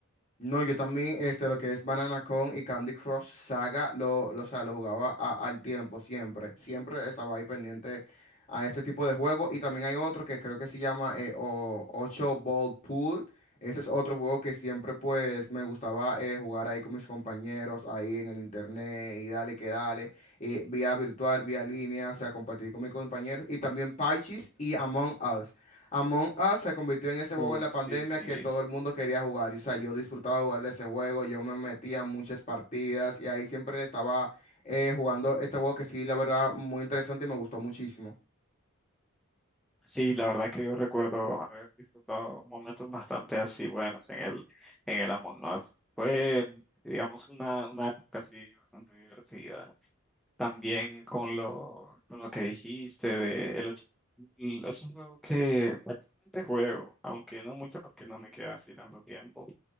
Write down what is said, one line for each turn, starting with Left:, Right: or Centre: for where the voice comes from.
Left: No, yo también, este, lo que es Banana Con y Candy Crush Saga, lo, lo, o sea, lo jugaba a- al tiempo, siempre. Siempre estaba ahí pendiente a este tipo de juego. Y también hay otro que creo que se llama eh, o, 8 Ball Pool. Ese es otro juego que siempre, pues, me gustaba eh, jugar ahí con mis compañeros, ahí en el internet, y dale que dale, eh, vía virtual, vía línea, o sea, compartir con mis compañeros. Y también Parchís y Among Us. Among Us se convirtió en ese juego
Centre: Uf,
Left: en la pandemia
Centre: sí, sí.
Left: que todo el mundo quería jugar. y, O sea, yo disfrutaba jugar de ese juego, yo me metía a muchas partidas y ahí siempre estaba eh, jugando este juego que sí, la verdad, muy interesante y me gustó muchísimo.
Centre: Sí, la verdad que yo recuerdo haber disfrutado momentos bastante así buenos en el, en el Among Us. Fue, digamos, una, una época así bastante divertida. También con lo, con lo que dijiste de el ocho- es un juego que actualmente juego, aunque no mucho porque no me queda así tanto tiempo.